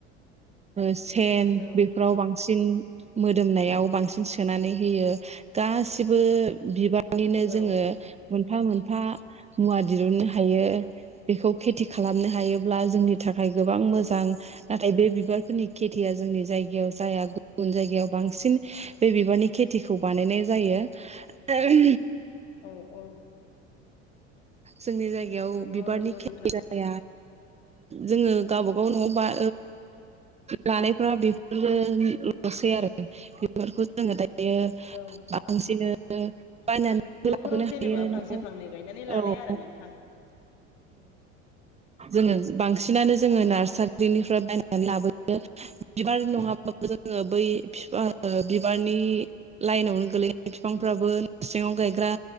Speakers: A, on the right; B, on the left.
A: सेन
B: औ
A: बेफोराव बांसिन मोदोमनायाव बांसिन सोनानै होयो गासिबो बिबार बिदिनो
B: औ
A: जोङो मोनफा मोनफा मुवा दिरुननो हायो बेखौ खेथि खालामनो हायोब्ला जोंनि थाखाय गोबां मोजां आरो बे बिबारफोरनि खेथिया जोंनि जायगायाव जाया गुबुन जायगायाव बांसिन बे बिबारनि खेथिखौ बानायनाय जायो आरो
B: औ औ
A: जोंनि जायगायाव
B: नंगौ
A: बिबारनि
B: नंगौ
A: खेथि
B: नोंथां
A: जोङो गावबागाव न'आव बा लानायफ्रा बेफोरल'सै आरो बेफोरखौ जोङो दायो
B: औ
A: बांसिनो बायनानैबो
B: न'फोराव
A: लाबोनो
B: जेनेबा
A: हायो
B: फांसे
A: न' औ
B: फांनै गायनानै लानाय आरो नोंथां
A: जोङो बांसिनानो जोङो नार्सारिनिफ्राय बायनानै लाबोयो बिबार नङाबाबो जोङो बै बिबारनि लाइनावनो गोलैनाय बिफांफ्राबो सिङाव गायग्रा